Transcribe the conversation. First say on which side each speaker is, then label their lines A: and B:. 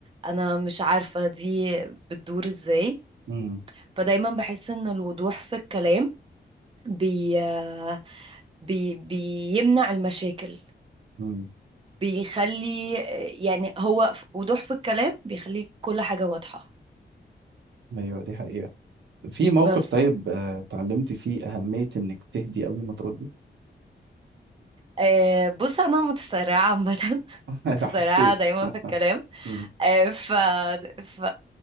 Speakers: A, on the right; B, on the right.
A: أنا مش عارفة دي بتدور إزاي
B: مم.
A: فدايما بحس إن الوضوح في الكلام بي آه، بي بيمنع المشاكل
B: مم.
A: بيخلي آه، يعني هو ف- وضوح في الكلام بيخلي كل حاجة واضحة
B: ايوه دي حقيقة في موقف
A: بس
B: طيب آه، اتعلمت فيه أهمية إنك تهدي قبل ما تردي
A: آه، بص أنا متسرعة عامة <laughs>
B: <laughs> أيوة،
A: متسرعة
B: حسيت
A: دايما في الكلام
B: <laughs> مم.
A: ف ف